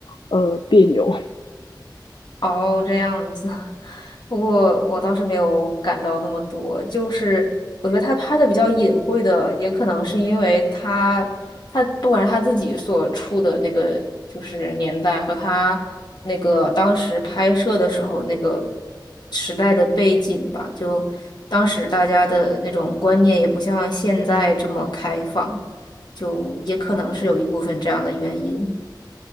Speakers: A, on the left; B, on the left.
A: 呃别扭。
B: 哦，这样子。不过我倒是没有感到那么多，就是我觉得他拍的比较隐晦的，也可能是因为他他不管是他自己所处的那个就是年代和他那个当时拍摄的时候那个时代的背景吧，就当时大家的那种观念也不像现在这么开放，就也可能是有一部分这样的原因。